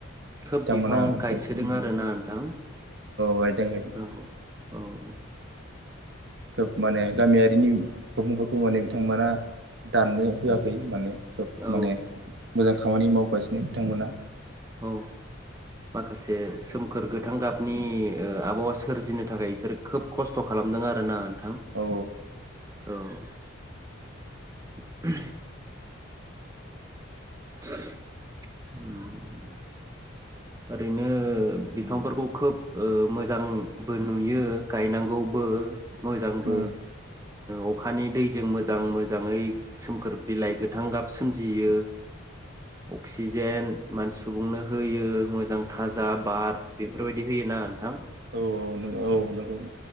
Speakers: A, on the right; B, on the right.
A: खोब
B: बिथांमोना
A: बिफां गायसोदों
B: खोब
A: आरोना नोंथां औ।
B: गायदों गायदों
A: औ औ ।
B: खोब माने गामियारिनि सुबुंफोरखौ माने बिथांमोना दाननो होआखै माने । खोब
A: औ
B: माने मोजां । खामानि मावगासिनो बिथांमोना ।
A: औ माखासे सोमखोर
B: औ
A: गोथां गाबनि नि आबहावा सोरजिनो थाखाय बिसोर खोब खस्थ' खालामदों आरो ना थां
B: औ
A: औ । <unintelligible> <unintelligible> ओरैनो बिफांफोरखौ खोब ओ मोजांबो नुयो गायनांगौबो । मोजांबो
B: औ
A: अखानि दैजों मो जां मोजाङै सोमखोर बिलाइ गोथां गाब सोमजियो अक्सिजेन मान सुबुंनो होयो मोजां थाजा बार बेफोरबायदि होयोना नोंथां ।
B: औ नों औ नोंगौ ।